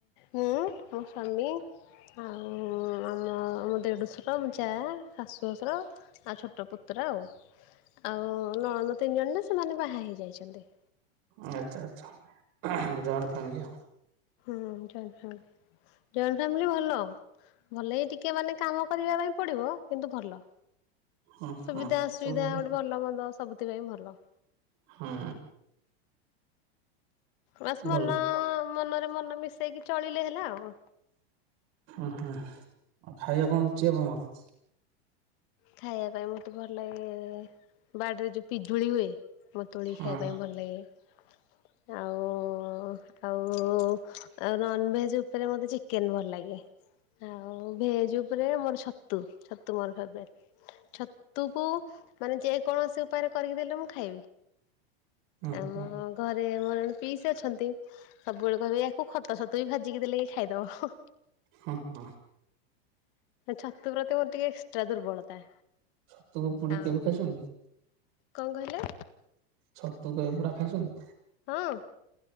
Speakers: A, on the left; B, on the right.
A: ମୁଁ ମୋ ସ୍ୱାମୀ ଆଉ ଆମ ମୋ ଦେଡ଼ୁଶର ମୋ ଯା ଶାଶୁ ଶଶୁର ଆଉ ଛୋଟ ପୁତ୍ର ଆଉ, ଆଉ ନଣନ୍ଦ ତିନି ଜଣ ଯେ ସେମାନେ ବାହା ହେଇଯାଇଛନ୍ତି।
B: ଆଚ୍ଛା, ଆଚ୍ଛା ଜଏଣ୍ଟ ଫ୍ୟାମିଲି ଆଉ।
A: ହଁ ଜଏଣ୍ଟ ଫ୍ୟାମିଲି, ଜଏଣ୍ଟ ଫ୍ୟାମିଲି ଭଲ। ଭଲ ଏଇ ଟିକେ ମାନେ କାମ କରିବା ପାଇଁ ପଡିବ କିନ୍ତୁ ଭଲ।
B: ଉହୁଁ
A: ସୁବିଧା ଅସୁବିଧା
B: ସବୁ ହୁଁ
A: ଗୋଟେ ଭଲମନ୍ଦ ସବୁଥିପାଇଁ ଭଲ।
B: ହୁଁ।
A: ବାସ୍
B: ଭଲ
A: ମନ-ଅ ମନରେ ମନ ମିଶେଇକି ଚଳିଲେ ହେଲା ଆଉ।
B: ଉଁହୁଁ, ଆଉ ଖାଇବା କଣ ରୁଚି ଆପଣଙ୍କର?
A: ଖାଇବା ପାଇଁ ମତେ ଭଲ ଲାଗେ-ଏ, ବାଡିରେ ଯୋଉ ପିଜୁଳି ହୁଏ। ମ ତୋଳି
B: ହୁଁ
A: ଖାଇବା
B: ହୁଁ
A: ପାଇଁ ଭଲ ଲାଗେ। ଆଉ-ଉ ଆଉ-ଉ ଆଉ ନନ୍ ଭେଜ ଉପରେ ମତେ ଚିକେନ୍ ଭଲ ଲାଗେ। ଆଉ ଭେଜ ଉପରେ ମୋର ଛତୁ! ଛତୁ ମୋର ଫେବ୍ରେଟ୍। ଛତୁକୁ ମାନେ, ଯେ କୌଣସି ଉପାୟରେ କରିକି ଦେଲେ ମୁଁ ଖାଇବି।
B: ହୁଁ
A: ଆମ
B: ହୁଁ
A: ଘରେ ମରଅଣେ ପିଇସି ଅଛନ୍ତି। ସବୁବେଳେ କହିବେ ୟାକୁ ଖତ ଛତୁ ବି ଭାଜିକି ଦେଲେ ଖାଇଦବ।
B: ହୁଁ, ହୁ।
A: ଛତୁ ପ୍ରତି ମୋର ଟିକେ ଏକ୍ସଟ୍ରା ଦୁର୍ବଳତା।
B: ଛତୁକୁ ପୁଡିକି
A: ଆଉ
B: କେବେ ଖାଇଛନ୍ତି?
A: କଣ କହିଲେ?
B: ଛତୁ କେବେ ପୁଡା ଖାଇଛନ୍ତି?
A: ହଁ।